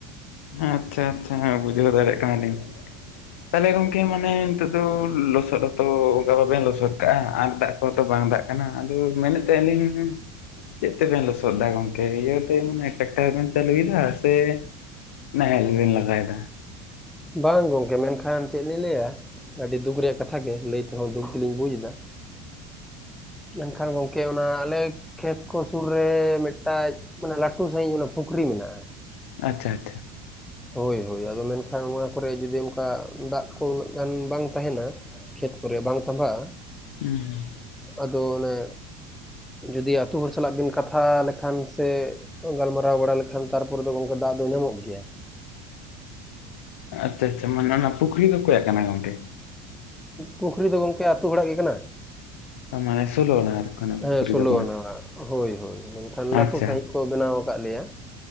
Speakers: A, on the left; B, in the centre.
A: ᱟᱪᱪᱷᱟ ᱟᱪᱪᱷᱟ ᱵᱩᱡᱷᱟᱹᱣ ᱫᱟᱲᱮᱭᱟᱜ ᱠᱟᱱᱟᱞᱤᱧ᱾ ᱛᱟᱦᱚᱞᱮ ᱜᱚᱝᱠᱮ ᱢᱟᱱᱮ ᱱᱤᱛᱚᱜ ᱫᱚ ᱞᱚᱥᱚᱫ ᱦᱚ ᱛᱚ ᱚᱱᱠᱟ ᱵᱟᱵᱮᱱ ᱞᱚᱥᱚᱫ ᱠᱟᱜᱼᱟ᱾ ᱟᱨ ᱫᱟᱜ ᱦᱚᱛᱚ ᱵᱟᱝ ᱫᱟᱜ ᱠᱟᱱᱟ ᱟᱫᱚ ᱢᱮᱱᱮᱫ ᱛᱟᱦᱮᱸᱞᱤᱧ, ᱪᱮᱫ ᱛᱮᱵᱮᱱ ᱞᱚᱥᱚᱫ ᱫᱟ ᱜᱚᱢᱠᱮ ᱤᱭᱟᱹ ᱛᱮ ᱢᱟᱱᱮ ᱴᱮᱠᱴᱟᱨ ᱵᱮᱱ ᱪᱟᱹᱞᱩᱭ ᱫᱟ, ᱥᱮ ᱱᱟᱦᱮᱞ ᱵᱮᱱ ᱞᱟᱜᱟᱭ ᱫᱟ?
B: ᱵᱟᱝ ᱜᱚᱢᱠᱮ ᱢᱮᱱᱠᱷᱟᱱ ᱪᱮᱫ ᱞᱤᱧ ᱞᱟᱹᱭᱟ ᱟᱹᱰᱤ ᱫᱩᱠ ᱨᱮᱭᱟᱜ ᱠᱟᱛᱷᱟ ᱜᱮ ᱞᱟᱹᱭ ᱛᱮᱦᱚᱸ ᱫᱩᱠ ᱜᱮᱞᱤᱧ ᱵᱩᱡᱽ ᱮᱫᱟ᱾ ᱢᱮᱱᱠᱷᱟᱱ ᱜᱚᱝᱠᱮ ᱚᱱᱟ ᱟᱞᱮ, ᱠᱷᱮᱛ ᱠᱚ ᱥᱩᱨ ᱨᱮ ᱢᱤᱫᱴᱟᱡ ᱢᱟᱱᱮ ᱞᱟᱹᱴᱩ ᱥᱟᱺᱦᱤᱡ ᱚᱱᱟ ᱯᱩᱠᱷᱨᱤ ᱢᱮᱱᱟᱜᱼᱟ᱾
A: ᱟᱪᱪᱷᱟ ᱟᱪᱪᱷᱟ᱾
B: <inaudible> ᱦᱳᱭ ᱦᱳᱭ ᱟᱫᱚ ᱢᱮᱱᱠᱷᱟᱱ ᱱᱚᱣᱟ ᱠᱚᱨᱮ ᱡᱩᱫᱤ ᱚᱱᱠᱟ ᱫᱟᱜ ᱠᱚ ᱩᱱᱟᱹᱜ ᱜᱟᱱ ᱵᱟᱝ ᱛᱟᱦᱮᱱᱟ᱾ ᱠᱷᱮᱛ ᱠᱚᱨᱮ ᱵᱟᱝ ᱛᱟᱢᱵᱦᱟᱜᱼᱟ?
A: ᱦᱮᱸ᱾
B: ᱟᱫᱚ ᱚᱱᱮ ᱡᱩᱫᱤ ᱟᱛᱳ ᱦᱚᱲ ᱥᱟᱞᱟᱜ ᱵᱤᱱ ᱠᱟᱛᱷᱟ ᱞᱮᱠᱷᱟᱱ ᱥᱮ, ᱜᱟᱞᱢᱟᱨᱟᱣ ᱵᱟᱲᱟ ᱞᱮᱠᱷᱟᱱ ᱛᱟᱨᱯᱚᱨᱮ ᱫᱚ ᱜᱚᱢᱠᱮ ᱫᱟᱜ ᱫᱚ ᱧᱟᱢᱚᱜ ᱜᱮᱭᱟ᱾
A: ᱟᱪᱪᱷᱟ ᱟᱪᱪᱷᱟ, ᱢᱟᱱᱮ ᱚᱱᱟ ᱯᱩᱠᱷᱨᱤ ᱫᱚ ᱚᱠᱚᱭᱟᱜ ᱠᱟᱱᱟ ᱜᱚᱝᱠᱮ?
B: ᱯᱩᱠᱷᱨᱤ ᱫᱚ ᱜᱚᱝᱠᱮ ᱟᱹᱛᱩ ᱦᱚᱲᱟᱜ ᱜᱮ ᱠᱟᱱᱟ᱾
A: ᱢᱟᱱᱮ ᱥᱳᱞᱳ ᱟᱱᱟᱨ ᱠᱷᱚᱱᱟᱜ
B: ᱦᱮᱸ
A: ᱯᱩᱠᱷᱨᱤ
B: ᱥᱳᱞᱳᱣᱟᱱᱟᱣᱟᱜ
A: ᱫᱚ ᱠᱟᱱᱟ
B: ᱦᱳᱭ ᱦᱳᱭ ᱢᱮᱱᱠᱷᱟᱱ
A: ᱟᱪᱪᱷᱟ
B: ᱞᱟᱹᱴᱩ ᱥᱟᱦᱤᱡ᱾ ᱠᱚ ᱵᱮᱱᱟᱣ ᱟᱠᱟᱫ ᱞᱮᱭᱟ᱾